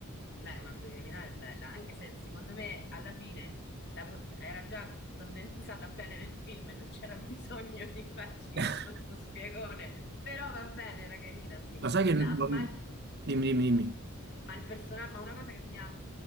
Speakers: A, on the left; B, on the right.
A: Beh, romanzo criminale è bella, anche se secondo me alla fine la co- cioè, era già condensata bene nel film e non c'era bisogno di farci
B: <laughs>
A: tutto sto spiegone, però va bene, era carina, sì.
B: Ma sai che...
A: Ma,
B: non-
A: ma il
B: Dimmi, dimmi, dimmi.
A: ma il personaggio, ma una cosa che mi ha,